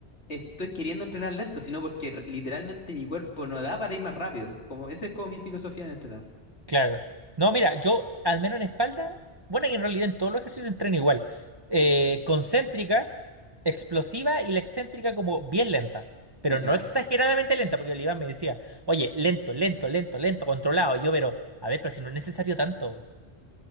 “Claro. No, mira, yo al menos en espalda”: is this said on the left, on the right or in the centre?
Right